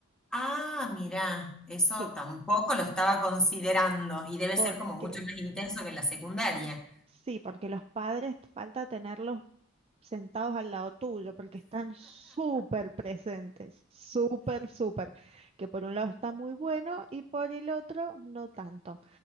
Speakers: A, in the centre; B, on the right.
A: Ah, mirá, eso
B: sí,
A: tampoco lo estaba considerando y debe
B: porque...
A: ser como mucho más intenso que en la secundaria.
B: Sí, porque los padres falta tenerlos sentados al lado tuyo, porque están súper presentes, súper, súper, que por un lado está muy bueno y por el otro no tanto.